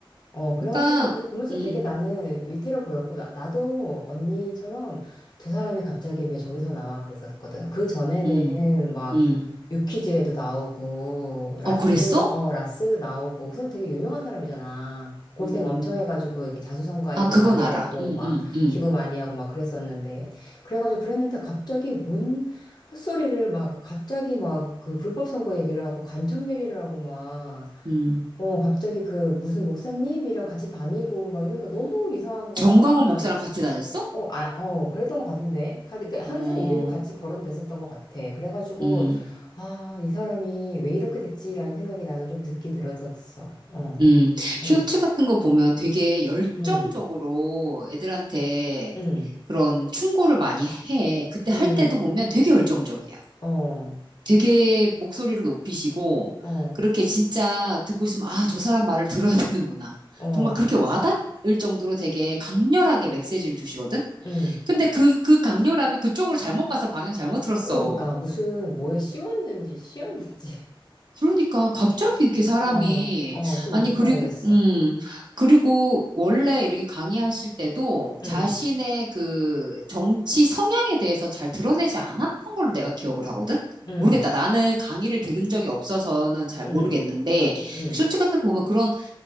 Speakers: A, on the left; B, on the right.
A: 어, 그래가지고
B: 그러니까,
A: 그 보면서
B: 음,
A: 되게 나는 위태로 보였고, 나- 나도 언니처럼 두 사람이 갑자기 왜 저기서 나와 그랬었거든. 그 전에는
B: 음,
A: 막
B: 음.
A: 유퀴즈에도 나오고, 라스,
B: 어, 그랬어?
A: 어, 라스도 나오고, 그 사람 되게 유명한 사람이잖아. 고생
B: 음,
A: 엄청 해가지고 이렇게 자수성가해서
B: 아, 그건
A: 돈 많이
B: 알아.
A: 벌고
B: 음,
A: 막
B: 음, 음,
A: 기부 많이 하고 막 그랬었는데 그래가지고 그랬는데 갑자기 뭔 헛소리를 막 갑자기 막 그 불법 선거 얘기를 하고 간첩 얘기를 하고 막
B: 음.
A: 어, 갑자기 그 무슨 목사님이랑 같이 다니고 막 이러니까 너무 이상한
B: 정광훈
A: 거야.
B: 목사랑 같이 다녔어?
A: 어, 아, 어, 그랬던 것 같은데. 가- 그 항상
B: 어,
A: 이름이 같이 거론됐었던 것 같아. 그래가지고,
B: 음.
A: 아, 이 사람이 왜 이렇게 됐지라는 생각이 나는 좀 듣긴 들었었어. 어,
B: 음, 쇼츠
A: 어,
B: 같은 거 보면 되게 열정적으로
A: 음,
B: 애들한테
A: 음,
B: 그런 충고를 많이 해. 그때
A: 음,
B: 할 때도 보면 되게 열정적이야.
A: 어,
B: 되게 목소리를 높이시고,
A: 어,
B: 그렇게 진짜 듣고 있으면, 아, 저 사람 말을 들어야 <laughs> 되는구나.
A: 어,
B: 정말 그렇게 와닿을 정도로 되게 강렬하게 메시지를 주시거든?
A: 음.
B: 근데 그, 그 강렬함이 그쪽으로 잘못 가서 방향 잘못 들었어.
A: 그러니까 무슨 뭐에 씌웠는지, 씌웠는지. <laughs>
B: 그러니까 갑자기 이렇게 사람이
A: 어, 어, 좀
B: 아니
A: 이상해졌어.
B: 그리고 음 그리고 원래 이렇게 강의하실 때도 자신의
A: 음,
B: 그 정치 성향에 대해서 잘 드러내지 않았던 걸로 내가 기억을 하거든.
A: 음,
B: 모르겠다. 나는 강의를 들은 적이 없어서는 잘
A: 음,
B: 모르겠는데
A: 음,
B: 솔직히 거 보면 그런